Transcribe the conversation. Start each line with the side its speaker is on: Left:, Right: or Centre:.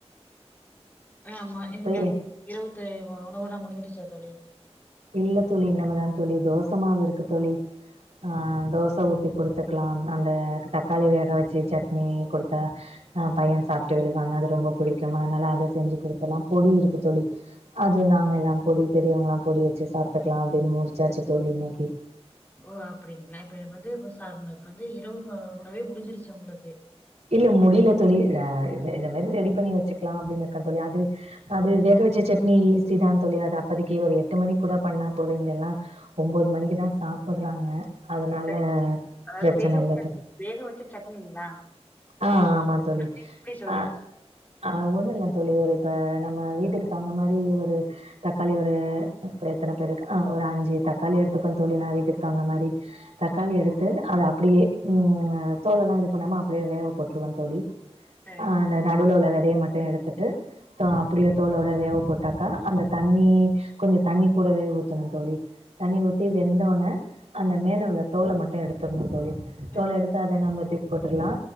Left: ஆ ஆமா
Right: அப்பயே
Left: இங்க இரவு உணவல்லாம் முடிஞ்சிருச்சா தோழி
Right: இல்ல தோழி இன்னமா தா தோழி தோசமாவு இருக்கு தோழி ஆ தோச ஊத்தி குடுத்துக்கலா அந்த தக்காளி வேக வச்சு சட்னி கொடுத் த்தா பையன் சாப்டு விடு அது ரொம்ப புடிக்கும் அதனால அத செஞ்சு குடுத்தலாம் பொடி இருக்கு தோழி அது நாங்க எல்லாம் பொடி பெரியவங்களா பொடி வச்சு சாப்டுக்கலா அப்டின்னு முடிச்சாச்சு தோழி இன்னைக்கு
Left: ஓ அப்டிங்களா இப்ப வந்து இ வந்து இரவு உணவே முடிஞ்சிருச்சு உங்களுக்கு
Right: இல்ல முடியல தோழி ஆ என்ன என்ன மேரி ரெடி பண்ணி வச்சுக்கலா அப்டின்னு இருக்க தோழி அது அது வேக வச்ச சட்னி ஈசிதா தோழி அது அப்பதைக்கு ஒரு எட்டு மணிக் கூட பண்ணா போது இங்கெல்லா ஒம்போது மணிக்குதா சாப்புட்றாங்க அதனால
Left: சரி அதாவது
Right: பிரச்சன
Left: வேக வச்ச
Right: இல்ல தோ
Left: வேக வச்ச சட்னிங்களா
Right: ஆ ஆமா தோழி
Left: அது எப்டி தோழி
Right: ஆ ஆ ஒன்னு இல்ல தோழி ஒரு இப்ப நம்ம வீட்டுக்கு தகுந்த மாரி ஒரு தக்காளி ஒரு இப்ப எத்தன பேருக்கு ஆ ஒரு அஞ்சு தக்காளி எடுத்துப்ப தோழி நா வீட்டுக்கு தகுந்த மாரி தக்காளி
Left: ம்
Right: எடுத்து அத அப்டியே ம் தோலல்லா இது பண்ணாம அப் ப்டியே வேவ போட்டுருவ தோழி
Left: சரி
Right: ஆ அந்த நடுவுல உள்ள வெதைய மட்டு எடுத்துட்டு தா அப்டியே தோலோட வேவ போட்டாக்கா அந்த தண்ணி கொஞ்ச தண்ணி கூடவே ஊத்தணு தோழி தண்ணி ஊத்தி வெந்தோன்ன அந்த மேல உள்ள தோல மட்டு எடுத்துரணு தோழி
Left: ம்
Right: தோல எடுத்து அத நம்ம தூக்கி போட்ருலா